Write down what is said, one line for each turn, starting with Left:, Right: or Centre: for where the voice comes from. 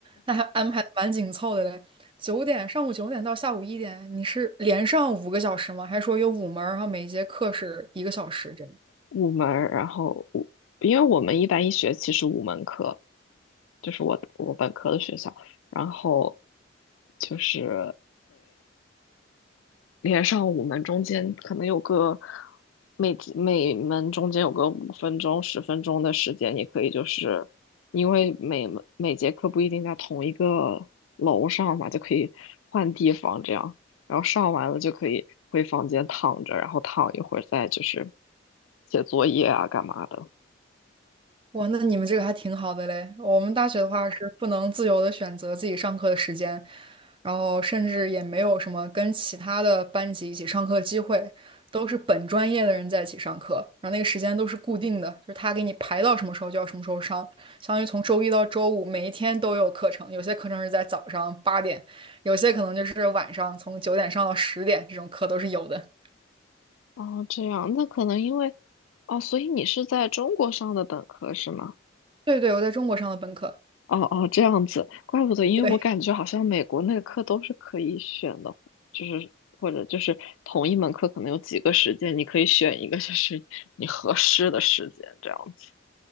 Right: 那还安排的蛮紧凑的嘞。九点，上午九点到下午一点，你是连上五个小时吗？还是说有五门儿然后每节课是一个小时这样？
Left: 五门儿然后五，因为我们一般一学期是五门课，就是我我本科的学校，然后就是连上五门，中间可能有个每几每门中间有个五分钟、十分钟的时间，你可以就是因为每门每节课不一定在同一个楼上嘛，就可以换地方这样，然后上完了就可以回房间躺着，然后躺一会儿再就是写作业啊干嘛的。
Right: 哇，那你们这个还挺好的嘞。我们大学的话是不能自由的选择自己上课的时间，然后甚至也没有什么跟其他的班级一起上课的机会，都是本专业的人在一起上课，然后那个时间都是固定的，就是他给你排到什么时候就要什么时候上，相当于从周一到周五每一天都有课程，有些课程是在早上八点，有些可能就是晚上从九点上到十点，这种课都是有的。
Left: 哦，这样，那可能因为哦，所以你是在中国上的本科是吗？
Right: 对对，我在中国上的本科。
Left: 哦哦，这样子，怪不得，因为我感觉好像美国那个课都是可以选的，
Right: 对。
Left: 就是或者就是同一门课可能有几个时间，你可以选一个就是你合适的时间这样子。